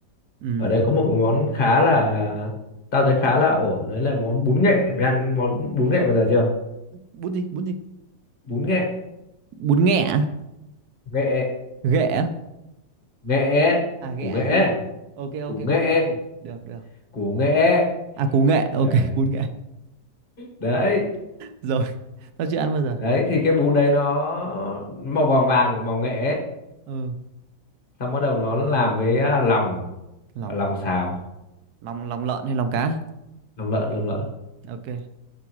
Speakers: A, on the right (about 70°); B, on the left (about 30°).
A: Ừ.
B: Ở đây có một món khá là tao thấy khá là ổn đấy là món bún nghệ. Mày ăn món bún nghệ bao giờ chưa?
A: Bún gì? Bún gì?
B: Bún nghệ,
A: Bún nghẹ à?
B: nghệ,
A: Ghẹ à?
B: nghệ,
A: À ghẹ
B: củ nghệ,
A: gì? Ok ok
B: củ
A: con
B: nghệ,
A: ghẹ gì? Được được.
B: củ nghệ.
A: À củ nghệ. Ok
B: Trời.
A: <laughs> bún nghệ.
B: Đấy
A: Rồi, tao chưa ăn bao giờ.
B: đấy thì cái bún đấy nó màu vàng vàng màu nghệ ấy.
A: Ừ,
B: xong bắt đầu nó làm với à, lòng
A: lòng
B: lòng
A: á.
B: xào
A: Lòng lòng lợn hay lòng cá?
B: lòng lợn lòng lợn
A: Ok.